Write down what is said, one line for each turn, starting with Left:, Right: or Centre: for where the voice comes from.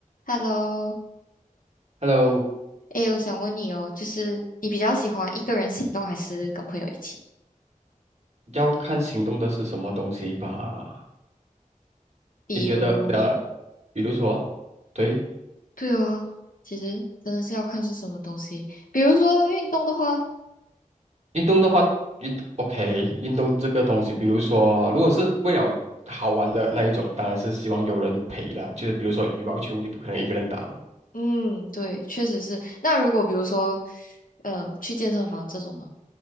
Left: Hello，
Right: Hello，
Left: 诶，我想问你哦，就是你比较喜欢一个人行动还是跟朋友一起？
Right: 要看行动的是什么东西吧？
Left: 比如，
Right: 你觉得呃，比如说，对，
Left: 对哦，其实真的是要看是什么东西。比如说运动的话，
Right: 运动的话，运 OK，运动这个东西，比如说，如果是为了好玩的那一种，当然是希望有人陪啦。就是比如说羽毛球，你不可能一个人打嘛。
Left: 嗯，对，确实是。那如果比如说，嗯、去健身房这种呢，